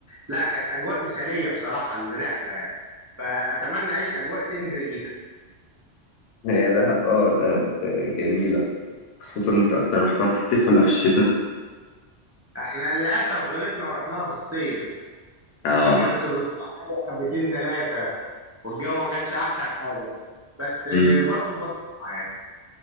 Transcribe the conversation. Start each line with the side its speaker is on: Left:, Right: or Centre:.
Right: لا كانت أجواء مثالية بصراحة الرحلة يعني فأتمنى أعيش أجواء تاني زيها
Left: هي دهب اه دهب جميلة خصوصا انت اكتر رحتها في الصيف ولا في الشتاء
Right: احنا للأسف غلطنا ورحناها في الصيف
Left: اه
Right: فكانت الرطوبة عالية حبتين ثلاثة والجو ما كانش احسن حاجه بس آه،
Left: مم.
Right: برضه اتبسطنا يعني